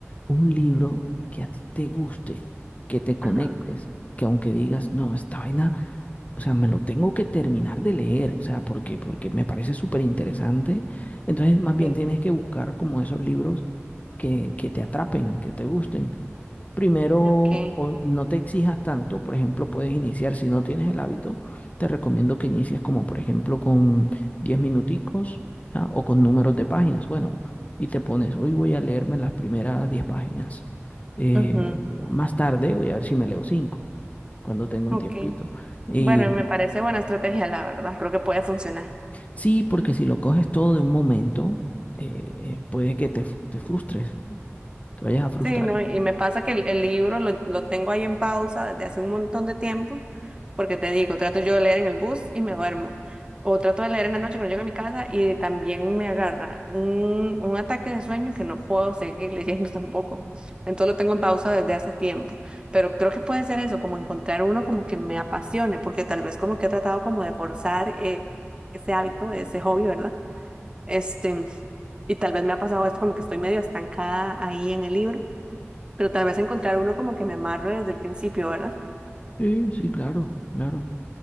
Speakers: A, on the left; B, on the right.
A: un libro que a ti te guste, que te conectes,
B: Ajá.
A: que aunque digas, no, esta vaina, o sea, me lo tengo que terminar de leer, o sea, porque, porque me parece súper interesante. Entonces, más bien
B: Sí.
A: tienes que buscar como esos libros que, que te atrapen, que te gusten. Primero,
B: Ok.
A: o no te exijas tanto, por ejemplo, puedes iniciar, si no tienes el hábito, te recomiendo que inicies como, por ejemplo, con 10 minuticos, ¿ya? o con números de páginas. Bueno, y te pones, hoy voy a leerme las primeras 10 páginas. Eh,
B: Ujú,
A: más tarde voy a ver si me leo 5 cuando tenga
B: Ok.
A: un tiempito. Y
B: Bueno, me parece buena estrategia, la verdad. Creo que puede funcionar.
A: sí, porque si lo coges todo de un momento, eh, puede que te, te frustres, te vayas a frustrar.
B: Sí, no, y me pasa que el, el libro lo, lo tengo ahí en pausa desde hace un montón de tiempo, porque te digo, trato yo de leer en el bus y me duermo, o trato de leer en la noche cuando llego a mi casa y también me agarra un, un ataque de sueño que no puedo seguir <laughs> leyendo tampoco. Entonces lo tengo en pausa desde hace tiempo, pero creo que puede ser eso, como encontrar uno como que me apasione, porque tal vez como que he tratado como de forzar eh, ese hábito, ese hobby, ¿verdad? Este, y tal vez me ha pasado esto como que estoy medio estancada ahí en el libro pero tal vez encontrar uno como que me amarre desde el principio, ¿verdad?
A: Sí, sí, claro, claro.